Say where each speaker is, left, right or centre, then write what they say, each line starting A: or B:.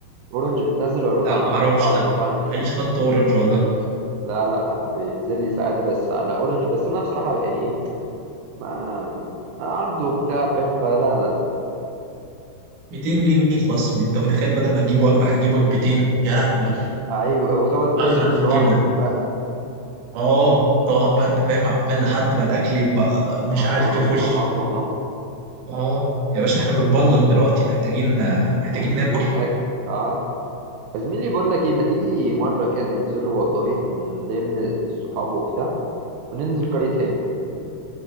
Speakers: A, on the right; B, on the right.
A: اورنج بتنزل عروض
B: لا
A: على
B: ما
A: عروض
B: اعرفش
A: على
B: ده
A: المطاعم دي
B: عيش خط اورنج والله
A: لا لا انا بينزل لي ساعات بس على اورنج بس انا بصراحه يعني ايه ما عرضه بتاع فاهم فلا لا
B: 200 جنيه خصم انت متخيل بدل ما تجيب وجبه هجيب وجبتين يا لهوي
A: ايوه وتقعد تاكل
B: اغرق في
A: لوحدك
B: الجبنه
A: بقى
B: اه تقعد بقى انت فاهم عمال لحد ما الاكل يبقى مش
A: هم
B: عارف
A: هم
B: يخش
A: هم هم
B: اه يا باشا احنا بنبلك دلوقتي محتاجين محتاجين
A: محتاجين
B: ناكل
A: اكل اه يا زميلي بقول لك ايه ما تيجي مره كده ننزله والله ونلم الصحاب وبتاع وننزل قرية هاني